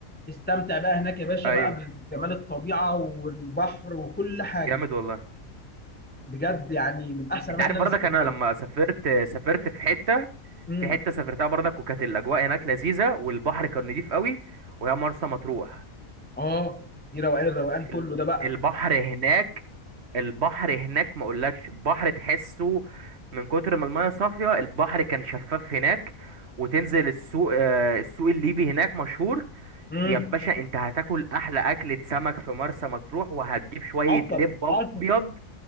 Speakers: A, on the left; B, on the right.
A: استمتع بقى هناك يا باشا
B: ايوه
A: بقى بجمال الطبيعه والبحر وكل حاجه
B: جامد والله
A: بجد يعني من احسن الاماكن
B: انت عارف
A: اللي
B: برضك
A: انا سافرت
B: انا
A: لها
B: لما سافرت سافرت في حته
A: امم
B: في حته سافرتها برضك وكانت الاجواء هناك لذيذه والبحر كان نضيف قوي وهي مرسى مطروح
A: اه دي روقان الروقان كله
B: ال-
A: ده بقى
B: البحر هناك البحر هناك ما اقولكش بحر تحسه من كتر ما المايه صافيه البحر كان شفاف هناك وتنزل السوق آه، السوق الليبي هناك مشهور
A: امم
B: يا باشا انت هتاكل احلى اكلة سمك في مرسى مطروح وهتجيب شوية
A: حصل
B: لب
A: حصل
B: ابيض